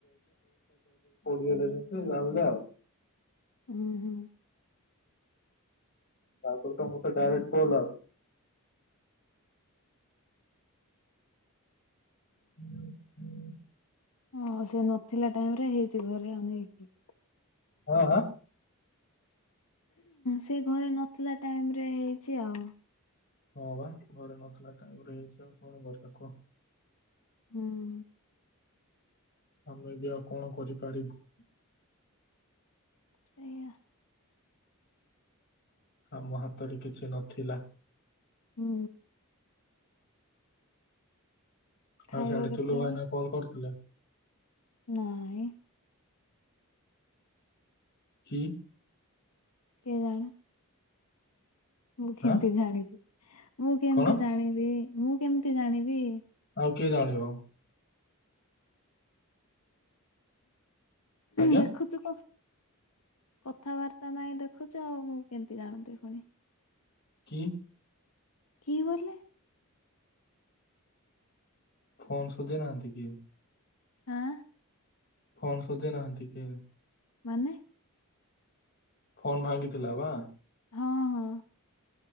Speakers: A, on the left (about 50°); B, on the left (about 80°).
A: ଯେମତି ଜାଣିଲେ ଆଉ।
B: ହୁଁ। ହୁଁ।
A: ତାପରେ ତ ମୁଁ ତ ଡାଇରେକ୍ଟ କହିଲ ଆଉ। <inaudible>
B: ହଁ ସେ ନଥିଲା ଟାଇମ ରେ ହେଇଛି ଘରେ ଆ ନାଇକି।
A: ହଁ ଆଁ।
B: ସେ ଘରେ ନଥିଲା ଟାଇମ ରେ ହେଇଛି ଆଉ।
A: ହଁ ବା ଘରେ ନଥିଲା ଟାଇମ ରେ ହେଇଛି ଆଉ କଣ କରିବା କୁହ।
B: ହୁଁ।
A: ଆମେ ବି ଆଉ କଣ କରିପାରିବୁ।
B: ସେଇଆ।
A: ଆମ ହାତରେ କିଛି ନଥିଲା।
B: ହୁଁ। ଖାଇବ
A: ଆଉ ସିଆଡୁ
B: କେତେବେଳେ
A: ଚୁଲୁ ଭାଇନା କଲ କରିଥିଲେ।
B: ନାଇଁ।
A: କି।
B: କେଜାଣି। ମୁଁ କେମିତି
A: ଆଁ
B: ଜାଣିବି ମୁଁ କେମତି
A: କଣ
B: ଜାଣିବି ମୁଁ କେମତି ଜାଣିବି।
A: ଆଉ କିଏ ଜାଣିବ। ଆଜ୍ଞା
B: ଦେଖୁଚୁ କ କଥାବାର୍ତ୍ତା ନାଇଁ ଦେଖୁଛୁ ଆଉ ମୁଁ କେମିତି ଜାଣନ୍ତି ପୁଣି।
A: ହୁଁ।
B: କି କରଲେ।
A: ଫୋନ ସୁଜି ନାହାନ୍ତି କି।
B: ଆଁ।
A: ଫୋନ୍ ସଜେଇ ନାହାନ୍ତି କି?
B: ମାନେ
A: ଫୋନ୍ ଭାଙ୍ଗିଥିଲା ବା।
B: ହଁ ହଁ